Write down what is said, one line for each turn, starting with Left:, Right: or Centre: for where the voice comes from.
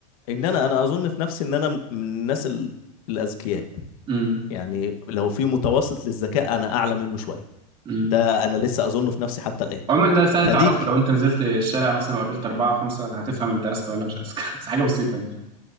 Left: ان انا انا اظن في نفسي ان انا من الناس ال- الاذكياء
Right: أمم،
Left: يعني لو في متوسط للذكاء انا اعلى منه شويه
Right: أمم.
Left: ده انا لسه اظنه في نفسي حتى الان
Right: عموما ده سهل
Left: فديك
Right: تعرفه لو أنت نزلت الشارع مثلا وقابلت أربعة خمسة هتفهم أنت أذكى ولا مش أذكى <laughs> بس حاجة بسيطة يعني